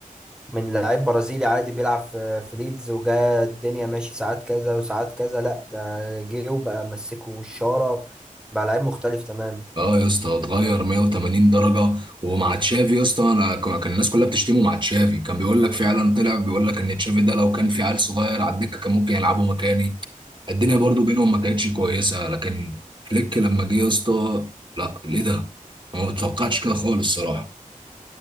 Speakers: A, in the centre; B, on the right (about 35°).
A: من لعيب برازيلي عادي بيلعب في في ليدز وجا الدنيا ماشي ساعات كذا وساعات كذا لا ده جه وبقى مسكه الشارة بقى لعيب مختلف تماما
B: اه يا اسطى اتغير 180 درجه ومع تشافي يا اسطى انا ك- كان الناس كلها بتشتمه مع تشافي كان بيقول لك فعلا طلع بيقول لك ان تشافي ده لو كان في عيل صغير على الدكه كان ممكن يلعبه مكاني الدنيا برضو
A: مم.
B: بينهم ما كانتش كويسه لكن فليك لما جه يا اسطى لا ليه ده؟ ما متوقعتش كده خالص الصراحه